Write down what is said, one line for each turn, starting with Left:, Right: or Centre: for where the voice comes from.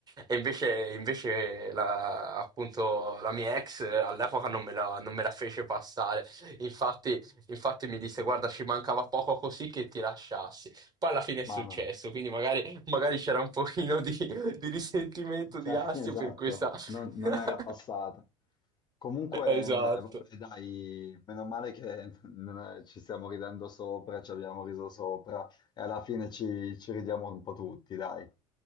Right: E invece, invece la, appunto, la mia ex eh, all'epoca non me la, non me la fece passare. Infatti, infatti mi disse: Guarda, ci mancava poco così che ti lasciassi. Poi alla fine è successo,
Left: mamma,
Right: quindi magari, magari c'era un pochino di, di risentimento,
Left: cioè,
Right: di astio
Left: <laughs> esatto,
Right: per questa. <laughs>
Left: non, non era passata. Comunque, vabbè,
Right: Esatto.
Left: dai, meno male che non è- ci stiamo ridendo sopra, ci abbiamo riso sopra e alla fine ci ci ridiamo un po' tutti, dai.